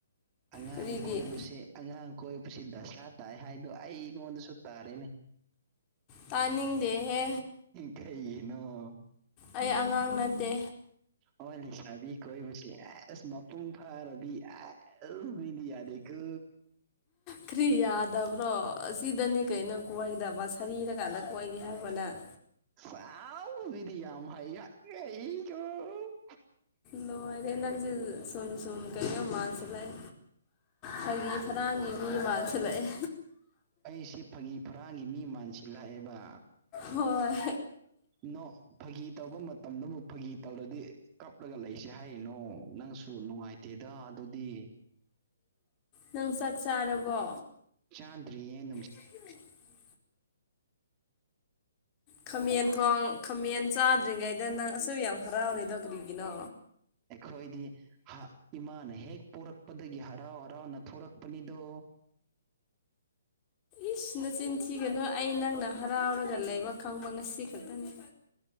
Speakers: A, on the right (about 25°); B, on the left (about 30°).
A: ꯑꯉꯥꯡ
B: ꯀꯔꯤꯒꯤ
A: ꯀꯣꯏꯕꯁꯦ ꯑꯉꯥꯡ ꯀꯣꯏꯕꯁꯤ ꯗꯁꯥ ꯇꯥꯏ ꯍꯥꯏꯗꯣ ꯑꯩꯉꯣꯟꯗꯁꯨ ꯇꯥꯔꯦꯅꯦ
B: ꯇꯥꯅꯤꯡꯗꯦꯍꯦ
A: ꯀꯩꯒꯤꯅꯣ
B: ꯑꯩ ꯑꯉꯥꯡ ꯅꯠꯇꯦ
A: ꯑꯣꯏ ꯂꯩꯁꯥꯕꯤ ꯀꯣꯏꯕꯁꯤ ꯑꯦꯁ ꯃꯄꯨꯡ ꯐꯥꯔꯕꯤ ꯑꯦꯁ ꯃꯤꯗꯤ ꯌꯥꯗꯦꯀꯣ
B: ꯀ꯭ꯔꯤ ꯌꯥꯗꯕ꯭ꯔꯣ ꯑꯁꯤꯗꯅꯤ ꯀꯩꯅꯣ ꯀꯣꯏꯗꯕ ꯁꯥ ꯍꯔꯤꯔꯀꯥꯟꯗ ꯀꯣꯏꯒꯦ ꯍꯥꯏꯕ꯭ꯔꯣ ꯅꯪ
A: ꯋꯥꯎ ꯃꯤꯗꯤ ꯌꯥꯝ ꯍꯩꯌꯦ <unintelligible>
B: ꯂꯣꯏꯔꯦ ꯅꯪꯁꯦ ꯁꯨꯝ ꯁꯨꯝ ꯀꯩꯅꯣ ꯃꯥꯁꯤꯜꯂꯛꯑꯦ ꯐꯥꯒꯤ ꯐꯔꯥꯡꯒꯤ ꯃꯤ ꯃꯥꯜꯁꯤꯜꯂꯛꯑꯦ
A: ꯑꯩꯁꯦ ꯐꯥꯒꯤ ꯐꯔꯥꯡꯒꯤ ꯃꯤ ꯃꯥꯟꯁꯤꯜꯂꯛꯑꯦꯕ
B: ꯍꯣꯏ
A: ꯅꯣ ꯐꯥꯒꯤ ꯇꯧꯕ ꯃꯇꯝꯗꯕꯨ ꯐꯥꯒꯤ ꯇꯧꯔꯗꯤ ꯀꯞꯂꯒ ꯂꯩꯁꯦ ꯍꯥꯏꯔꯤꯅꯣ ꯅꯪꯁꯨ ꯅꯨꯡꯉꯥꯏꯇꯦꯗ ꯑꯗꯨꯗꯤ
B: ꯅꯪ ꯆꯥꯛ ꯆꯥꯔꯕꯣ
A: ꯆꯥꯟꯗ꯭ꯔꯤ ꯌꯦ ꯅꯨꯡ
B: <inaudible> ꯈꯥꯃꯦꯟ ꯊꯣꯡ ꯈꯥꯃꯦꯟ ꯆꯥꯗ꯭ꯔꯤꯉꯩꯗ ꯅꯪ ꯑꯁꯨꯛ ꯌꯥꯝ ꯍꯔꯥꯎꯔꯤꯗꯣ ꯀꯔꯤꯒꯤꯅꯣ
A: ꯑꯩꯈꯣꯏꯗꯤ ꯍꯥ ꯏꯃꯥꯅ ꯍꯦꯛ ꯄꯣꯔꯛꯄꯗꯒꯤ ꯍꯔꯥꯎ ꯍꯔꯥꯎꯅ ꯊꯣꯔꯛꯄꯅꯤꯗꯣ
B: ꯏꯁ ꯅꯆꯤꯟ ꯊꯤꯒꯅꯨ ꯑꯩ ꯅꯪꯅ ꯍꯔꯥꯎꯔꯒ ꯂꯩꯕ ꯈꯪꯕ ꯉꯁꯤ ꯈꯛꯇꯅꯤ